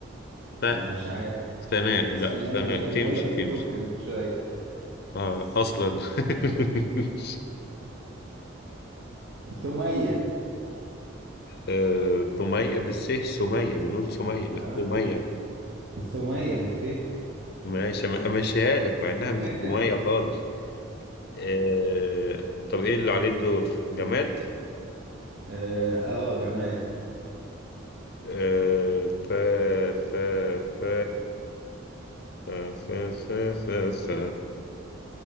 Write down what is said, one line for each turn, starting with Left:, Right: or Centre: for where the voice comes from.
Left: ثاء
Right: مش عارف
Left: ثناء
Right: انت بتسألني
Left: لا ثناء
Right: انا ده كنت
Left: تمشي
Right: بقول لك
Left: تمشي
Right: طوكيو من شويه
Left: اه
Right: ث-
Left: اصلا <laughs>
Right: ثمية
Left: آه، ثمية بالس سمية بنقول سمية مش
Right: اه
Left: ثمية
Right: ثومية بالث
Left: ماشي أم- امشيها لك مع انها
Right: <laughs>
Left: مش ثمية خالص آه طب ايه اللي عليه الدور جماد
Right: اه آه، جماد
Left: آه ف ف ف ف ف ف ف ف